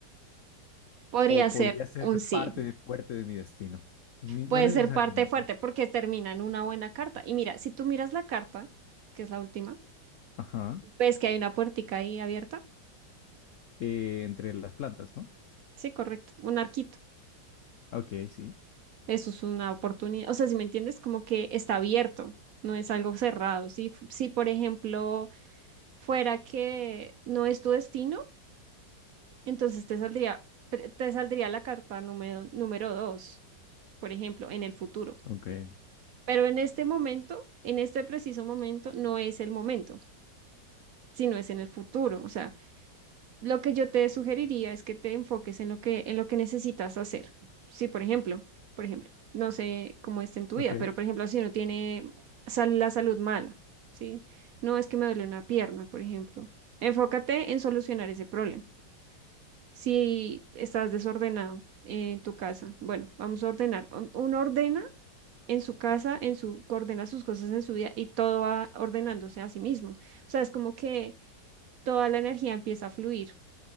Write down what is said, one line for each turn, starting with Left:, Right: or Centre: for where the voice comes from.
Right: Podría
Left: ¿O podría
Right: ser
Left: ser
Right: un sí.
Left: parte de, fuerte de mi destino? Ni- no
Right: Puede
Left: necesariamente.
Right: ser parte fuerte porque termina en una buena carta. Y mira, si tú miras la carta, que es la última,
Left: Ajá.
Right: ves que hay una puertica ahí abierta.
Left: Eh, entre las plantas, ¿no?
Right: Sí, correcto. Un arquito.
Left: Ok, sí.
Right: Eso es una oportunidad. O sea, si me entiendes, como que está abierto, no es algo cerrado. Si, f- si por ejemplo, fuera que no es tu destino, entonces te saldría, pre- te saldría la carta número, número dos, por ejemplo, en el futuro.
Left: Ok,
Right: Pero en este momento, en este preciso momento, no es el momento, sino es en el futuro. O sea, lo que yo te sugeriría es que te enfoques en lo que, en lo que necesitas hacer. Sí, por ejemplo, por ejemplo, no sé cómo está en tu
Left: ok.
Right: vida, pero por ejemplo, si uno tiene sal- la salud mala, ¿sí? No es que me duele una pierna, por ejemplo. Enfócate en solucionar ese problema. Si estás desordenado en tu casa, bueno, vamos a ordenar. Un- Uno ordena en su casa, en su, coordena sus cosas en su vida y todo va ordenándose a sí mismo. O sea, es como que toda la energía empieza a fluir,